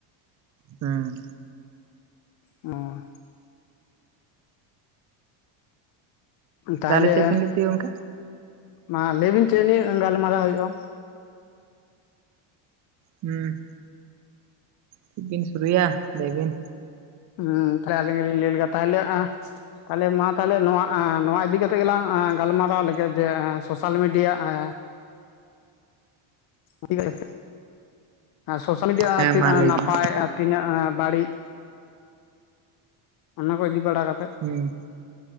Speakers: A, on the right; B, on the left.
A: ᱦᱩᱸ᱾
B: ᱚᱻ ᱛᱟᱦᱚᱞᱮ
A: ᱫᱟᱞᱮ ᱪᱮᱫ ᱵᱤᱱ ᱞᱟᱹᱭᱮᱫ ᱛᱟᱸᱦᱮ-ᱟ ᱜᱚᱢᱠᱮ?
B: ᱢᱟ ᱞᱟᱹᱭ ᱵᱤᱱ ᱪᱮᱫ ᱱᱤᱭᱟᱹ ᱜᱟᱞᱢᱟᱨᱟᱣ ᱦᱩᱭᱩᱜᱼᱟ?
A: ᱦᱩᱸ᱾ ᱪᱮᱫ ᱵᱤᱱ ᱥᱩᱨᱩᱭᱟ ᱞᱟᱹᱭ ᱵᱤᱱ?
B: ᱦᱮᱸ ᱛᱟᱦᱞᱮ ᱟᱞᱤᱧ ᱜᱮᱞᱤᱧ ᱞᱟᱹᱭ ᱞᱮᱜᱮ ᱛᱟᱦᱞᱮ <inaudible> ᱛᱟᱦᱞᱮ ᱢᱟ ᱛᱟᱦᱞᱮ ᱱᱚᱣᱟ ᱟᱸ ᱱᱚᱣᱟ ᱤᱫᱤ ᱠᱟᱛᱮ ᱜᱮᱞᱟᱝ ᱜᱟᱞ ᱢᱟᱨᱟᱣ ᱞᱮᱜᱮ ᱡᱮ ᱥᱳᱥᱟᱞ ᱢᱤᱰᱤᱭᱟ ᱟᱸ <unintelligible> ᱥᱳᱥᱟᱞ ᱢᱤᱰᱤᱭᱟ
A: ᱦᱮᱸ
B: ᱛᱤᱱᱟᱹᱜ
A: ᱢᱟ ᱞᱟᱹᱭ
B: ᱱᱟᱯᱟᱭ
A: ᱵᱤᱱ
B: ᱛᱤᱱᱟᱹᱜ ᱵᱟᱹᱲᱤᱡ ᱚᱱᱟ ᱠᱚ ᱤᱫᱤ ᱵᱟᱲᱟ ᱠᱟᱛᱮᱫ
A: ᱦᱩᱸ᱾